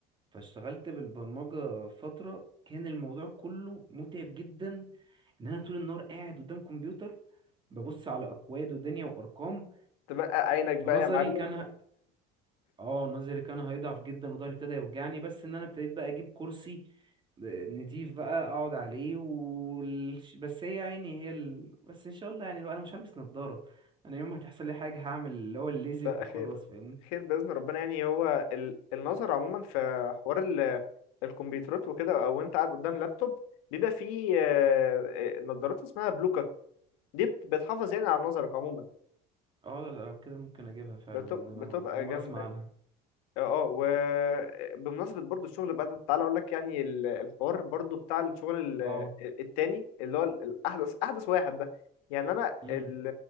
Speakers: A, on the right; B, on the left.
A: فاشتغلت بالبرمجة فترة كان الموضوع كله متعب جدا ان انا طول النهار قاعد قدام كمبيوتر ببص على اكواد ودنيا وارقام
B: تبقى عينك
A: في
B: بقى
A: نظري
B: يا معلم
A: كان ه- اه نظري كان هيضعف جدا وضهري ابتدى يوجعني بس ان انا ابتديت بقى اجيب كرسي نضيف بقى اقعد عليه وال... بس هي عيني هي ال... بس ان شاء الله يعني لو انا مش هلبس نظارة انا يوم ما هتحصل لي حاجة هعمل اللي هو الليزك
B: لا
A: وخلاص
B: خير
A: فاهمني
B: خير بإذن ربنا يعني هو ال- النظر عموما في حوار ال- الكمبيوترات وكده او انت قاعد قدام لابتوب بيبقى فيه آه، آه، نظارات اسمها بلوكات دي بت- بتحافظ يعني على نظرك عموما
A: اه لا لا لو كده ممكن اجيبها فعلا
B: بت-
A: ان انا
B: بتبقى
A: ما- اول مرة
B: جامدة
A: اسمع عنها
B: اه وبمناسبة برضو الشغل بقى تعالى اقول لك يعني ال- الحوار برضو بتاع الشغل
A: اه
B: ال- التاني اللي هو ال- الاحدث احدث واحد ده يعني انا
A: امم
B: ال-